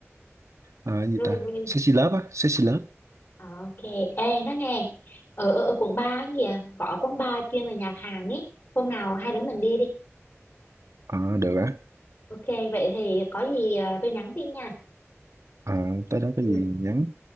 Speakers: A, on the right; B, on the left.
A: à, gì
B: Roly
A: ta sexy lớp á sexy lớp
B: Ờ, Ok, ê nó nghe ở, ở, ở quận 3 á kìa có quán bar chuyên về nhạc Hàn ấy hôm nào hai đứa mình đi đi
A: Ờ, được á
B: ok vậy thì có gì ờ, tôi nhắn tin nha
A: Ờ, tới đó có
B: ừ,
A: gì nhắn